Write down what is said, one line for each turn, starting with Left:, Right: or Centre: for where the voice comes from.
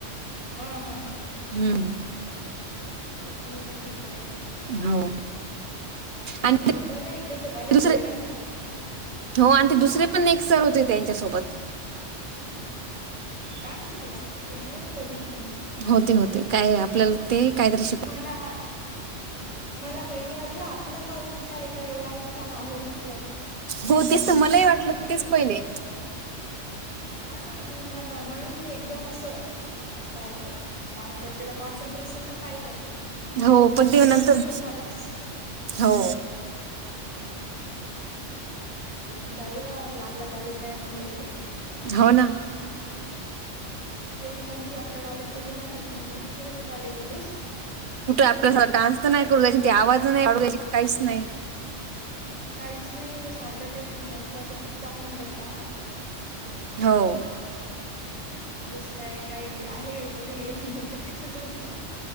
Left: हा हा हा
Right: हम्म
Left: तीच मी पण तीच पाहिली.
Right: हो. आणि
Left: म्हटलं बरंय इकडचं कॉलेज
Right: दुसरे
Left: सोडलं क काय.
Right: हो आणि ते दुसरे पण एक सर होते त्यांच्यासोबत.
Left: काम तेन बा ते नाही बघितले मी.
Right: होते होते काय आपल्याला ते कायतरी
Left: मला मला पहिले वाटलं आपल्या कॉलेजचा आहे का एवढा मोठा माहोल म्हटलं.
Right: हो तेच तर मलाही वाटलं
Left: मी
Right: तेच पहिले.
Left: हा ना मग मई म्हणून मी एकदम असं हो काय म्हणतात त्याला कॉन्सन्ट्रेशन न पाहिलं
Right: हो
Left: तर
Right: पण
Left: ते
Right: नंतर
Left: दुसरंच कॉलेज दिसलं.
Right: हो
Left: म्हंटल जाऊ दे बाबा म्हटलं, आपलं कॉलेज नाही म्हटलं हे
Right: हो ना
Left: एवढी मस्ती आपल्या कॉलेजमध्ये नाही होत म्हणलं दुसरंच कॉलेज असल
Right: कुठं आपल्यासत डान्स तर नाही करू द्यायची, ते आवाज नाही वाढू द्यायची, काहीच नाही
Left: काहीच नाही शांततेत मस्त असं चुपचाप न बसा.
Right: हो.
Left: जस काय काही आहे कोणी मेलं केल्या समोर